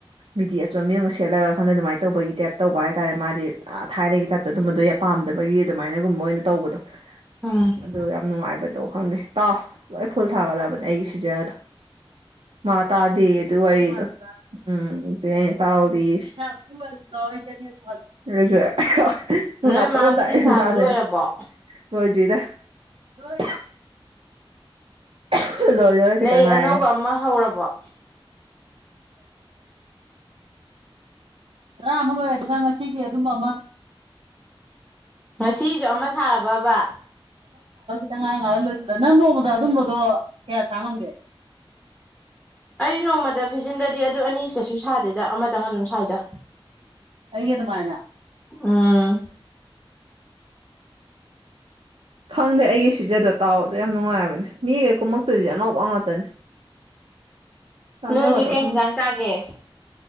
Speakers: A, on the right; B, in the centre.
A: ꯃꯦꯗꯤ ꯑꯆꯣꯟꯕꯤ ꯑꯃꯒ ꯁꯦꯠꯂꯒ ꯈꯪꯗꯦ ꯑꯗꯨꯃꯥꯏ ꯇꯧꯕꯒꯤ ꯇꯥꯏꯞ ꯇꯧꯕ ꯍꯥꯏ ꯇꯥꯔꯦ ꯃꯥꯗꯤ ꯑ ꯊꯥꯏꯅꯒꯤ ꯇꯥꯏꯞꯇ ꯑꯗꯨꯝꯕꯗꯣ ꯌꯥꯝ ꯄꯥꯝꯗꯕꯒꯤ ꯑꯗꯨꯃꯥꯏꯅꯒꯨꯝꯕ ꯑꯣꯏꯅ ꯇꯧꯕꯗꯣ
B: ꯎꯝ
A: ꯑꯗꯨ ꯌꯥꯝ ꯅꯨꯡꯉꯥꯏꯕꯅꯦ ꯇꯧ ꯈꯪꯗꯦ ꯇꯥꯎ ꯂꯣꯏ ꯐꯨꯜ ꯊꯥꯒꯠꯂꯕꯅꯦ ꯑꯩꯒꯤ ꯁꯤꯖꯗꯣ ꯃꯥ ꯇꯥꯗꯦꯌꯦ ꯑꯗꯨꯏ ꯋꯥꯔꯤꯗꫭ ꯎꯝ ꯑꯗꯨꯅꯦ ꯇꯧꯔꯤ ꯗꯤ <unintelligible> ꯑꯗꯨ ꯇꯨꯅꯇꫭꯟꯗꯥꯏ
B: ꯅꯣꯏ ꯃꯥ ꯐꯤꯖꯤꯟ ꯁꯥꯕ
A: ꯇꯥꯗꯦ
B: ꯂꯣꯏꯔꯕꯣ
A: ꯂꯣꯏꯗ꯭ꯔꯤꯗ ꯑꯍꯨ‌ ꯑꯍꯨ ꯂꯣꯏꯗꫭꯔꯦ
B: ꯂꯩ
A: ꯈꯤꯇꯪ ꯉꯥꯏꯔꯦ
B: ꯑꯅꯧꯕ ꯑꯃ ꯍꯧꯔꯕꯣ
A: ꯑꯃ ꯑꯣꯏꯗ ꯊ ꯑꯗꯨꯝꯝꯕꯃ
B: ꯉꯁꯤꯁꯨ ꯑꯃ ꯁꯥꯔꯕꯕꯥ
A: ꯇꯉꯥꯏ ꯉꯥ ꯂꯣꯏꯁꯤꯜꯂꯦ ꯅꯪ ꯅꯣꯡꯃꯗ ꯑꯗꯨꯝꯕꯗꯣ ꯀꯌꯥ ꯊꯥꯡꯉꯝꯒꯦ
B: ꯑꯩ ꯅꯣꯡꯃꯗ ꯐꯤꯖꯤꯟꯗꯗꯤ ꯑꯗꯨ ꯑꯅꯤ ꯀꯩꯁꯨ ꯁꯥꯗꯦꯗ ꯑꯃꯇꯪ ꯑꯗꯨꯝ ꯁꯥꯏꯗ
A: ꯑꯩꯒ ꯑꯗꯨꯃꯥꯏꯅ
B: ꯑꯥ
A: ꯈꯪꯗꯦ ꯑꯩꯒꯤ ꯁꯤꯖꯗꯣ ꯇꯥꯎꯑꯣꯗꯣ ꯌꯥꯝ ꯅꯨꯡꯉꯥꯏꯔꯕꯅꯦ ꯃꯤꯒꯩ ꯀꯨꯝꯃꯛꯇꯨꯗꯤ ꯑꯅꯧꯕ ꯉꯥꯛꯇꯅꯦ ꯆꯥꯟꯅꯒꯗ꯭ꯔꯣ
B: ꯅꯣꯏꯗꯤ ꯀꯩ
A: ꯈꯪ
B: ꯌꯦꯟꯁꯥꯡ ꯆꯥꯒꯦ